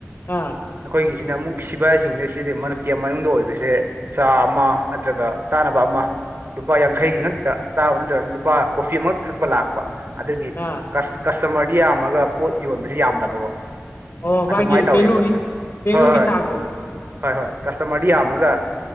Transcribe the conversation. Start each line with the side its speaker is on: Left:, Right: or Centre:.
Left: ꯑꯥ
Right: ꯑꯩꯈꯣꯏꯒꯤꯖꯤꯅ ꯃꯨꯛ ꯁꯤꯕꯥꯏꯁꯤꯡꯅ ꯁꯤꯗꯤ ꯃꯥꯅ ꯀꯦꯝ ꯃꯅꯨꯡꯗ ꯑꯣꯏꯕꯁꯦ ꯆꯥ ꯑꯃ ꯅꯠꯇ꯭ꯔꯒ ꯆꯥꯅꯕ ꯑꯃ ꯂꯨꯄꯥ ꯌꯥꯡꯈꯩꯒꯤ ꯉꯛꯇ ꯆꯥꯕ ꯅꯠꯇ꯭ꯔꯒ ꯂꯨꯄꯥ ꯀꯣꯐꯤ ꯑꯃꯈꯛ ꯊꯛꯄ ꯂꯥꯛꯄ ꯑꯗꯨꯒꯤ
Left: ꯑꯥ
Right: ꯀꯁ ꯀꯁꯇꯝ ꯃꯔꯗꯤ ꯌꯥꯝꯃꯒ ꯄꯣꯠ ꯌꯣꯟꯕꯖ‌ꯦ ꯌꯥꯝꯗꯕꯀꯣ
Left: ꯑꯣ
Right: ꯑꯗꯨꯝꯃꯥꯏ
Left: ꯃꯥꯒꯤ
Right: ꯇꯧꯋꯦꯕ
Left: ꯚꯦꯂꯨꯒꯤ ꯚꯦꯂꯨꯒꯤ
Right: ꯍꯣꯏ ꯍꯣꯏ
Left: ꯆꯥꯡꯗꯣ
Right: ꯍꯣꯏ ꯍꯣꯏ ꯀꯁꯇꯝꯃꯔꯗꯤ ꯌꯥꯝꯃꯒ